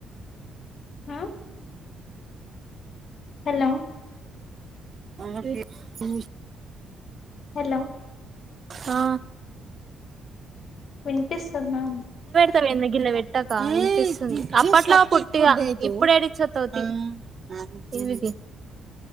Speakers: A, on the left (about 55°); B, on the right (about 45°).
A: హ హలో
B: అ ఏ ఉ
A: హలో
B: ఆ
A: వినిపిస్తుందా
B: తర్ వెన్నగిల్ల పెట్టక అనిపిస్తుంది అప్పట్లో పుట్టిగా ఇప్పుడేడెచ్చోత్తావ్ తీ అ ఏవికి